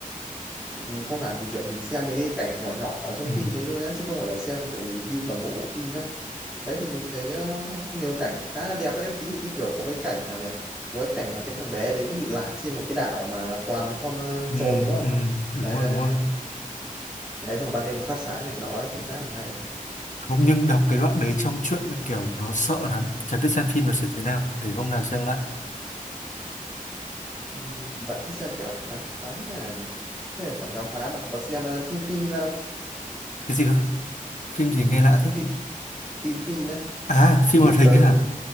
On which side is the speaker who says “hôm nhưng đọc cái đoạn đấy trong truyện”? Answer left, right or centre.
Left